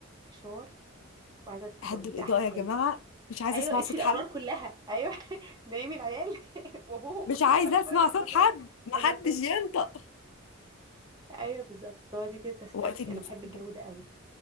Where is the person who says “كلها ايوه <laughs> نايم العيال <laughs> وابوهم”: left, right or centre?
Right